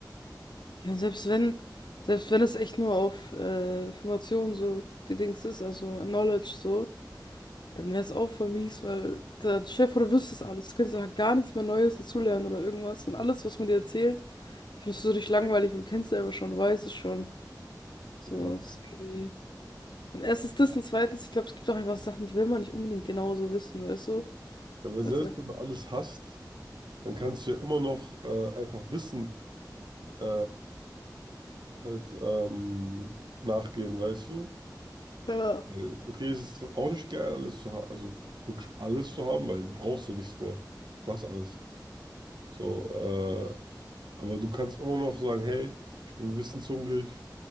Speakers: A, on the left; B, on the right.
A: Ja, selbst wenn, selbst wenn es echt nur auf äh, Informationen so gedings ist, also Knowledge so, Dann wäre es auch voll mies, weil der Chef oder wüsstest alles. Du könntest ja gar nichts mehr Neues dazulernen oder irgendwas. Und alles, was man dir erzählt, findest du so richtig langweilig, weil du kennst es ja immer schon, du weißt es schon. So,
B: Ja.
A: es ist irgendwie. Und erstens das und zweitens, ich glaube, es gibt auch einfach Sachen, die will man nicht unbedingt genauso wissen, weißt du?
B: Ja, weil
A: Weil
B: selbst
A: einfach.
B: wenn du alles hast, dann kannst du ja immer noch äh, einfach Wissen äh, halt ähm, nachgehen, weißt du?
A: Ja.
B: Weil, okay, es ist auch nicht geil, alles zu haben, also wirklich alles zu haben, weil du brauchst ja nichts mehr. Du hast alles. So, äh, aber du kannst immer noch sagen, hey, ich bin wissenshungrig,